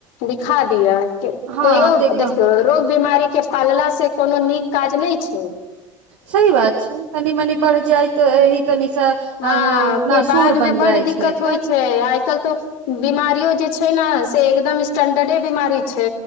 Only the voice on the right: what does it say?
हँ देख ह
सही बात छै तनि मनि बढ़ि जाय तऽ एहि तनिसँ
नासुर
बन
जाइ
छै
तऽ